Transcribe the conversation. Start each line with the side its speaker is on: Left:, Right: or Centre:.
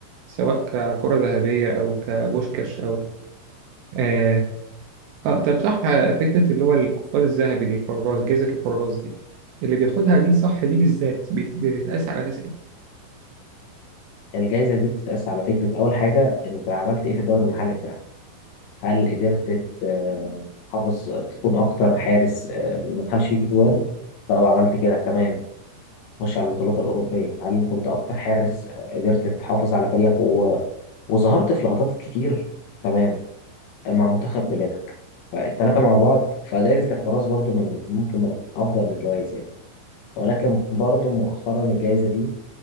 Right: سواء ككرة ذهبية أو كبوشكاش أو آه, آه طب صح فكرة اللي هو القفاز الذهبي للحراس جائزة الحراس دي اللي بياخدها دي صح دي بالذات بت- بتتقاس على أساس إيه؟
Left: الجايزة دي بتتقاس على فكرة أول حاجة أنت عملت إيه في الدوري المحلي بتاعك هل قدرت ت- تحافظ تكون أكتر حارس آه، ما دخلش فيك جوان؟ طب عملت كده تمام خش على البطولات الأوروبية هل كنت أكتر حارس آه، قدرت تحافظ على فريقك و... وظهرت في لقطات كتير تمام مع منتخب بلادك فالتلاتة مع بعض فجائزة الحراس برضو من ممكن من أفضل الجوائز يعني ولكن برضو مؤخرا الجائزة دي